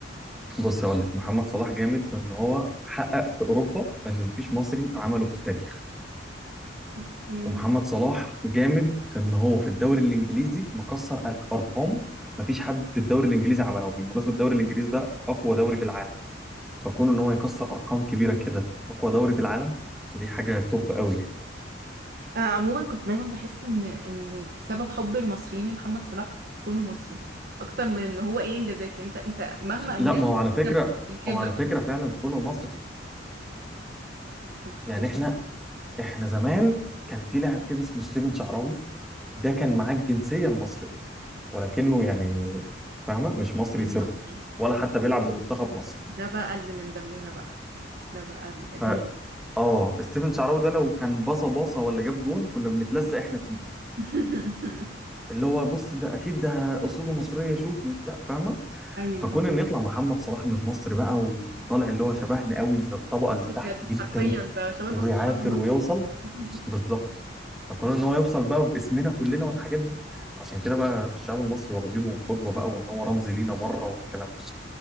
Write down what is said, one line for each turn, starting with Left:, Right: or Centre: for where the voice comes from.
Centre: بص هقول لك محمد صلاح جامد في ان هو حقق في اوروبا ان مفيش مصري عمله في التاريخ
Right: اوكي
Centre: ومحمد صلاح جامد في ان هو في الدوري الانجليزي مكسر أر- ارقام مفيش حد في الدوري الانجليزي عملها وبالمناسبه الدوري الانجليزي ده اقوى دوري في العالم فكون ان هو يكسر ارقام كبيره كده اقوى دوري في العالم دي حاجه توب قوي يعني
Right: انا عموما كنت دايما بحس ان ان سبب حب المصريين لمحمد صلاح كونه مصري اكتر من ان هو ايه انجازاته انت انت مهما انجزت
Centre: لا ما هو على فكره
Right: احنا بنحبك
Centre: هو على فكره
Right: عشان انت
Centre: فعلا كونه مصري
Right: اوكي
Centre: يعني احنا احنا زمان كان في لاعب كده اسمه ستيفن شعراوي ده كان معاه الجنسيه المصريه ولكنه يعني فاهمه مش مصري
Right: غير
Centre: صرف
Right: مصري
Centre: ولا حتى بيلعب لمنتخب مصر
Right: ده بقى اللي من دمنا بقى ده بقى ال- ابننا
Centre: ف اه ستيفن شعراوي ده لو كان باصه باصه ولا جاب جون كنا بنتلزق احنا فيه
Right: <laughs>
Centre: اللي هو بص ده اكيد ده اصوله مصريه شوف وبتاع فاهمه
Right: ايوه
Centre: فكون ان يطلع محمد صلاح من مصر بقى وطالع اللي هو شبهنا قوي من الطبقه اللي
Right: مصري بجد
Centre: تحت جدا
Right: حرفيا ده شبه
Centre: وبيعافر
Right: نص الشعب المصري
Centre: ويوصل
Right: <laughs>
Centre: بالظبط فكون ان هو يوصل بقى باسمنا كلنا والحاجات دي عشان كده بقى الشعب المصري واخدينه قدوه بقى وان هو رمز لينا بره والكلام ده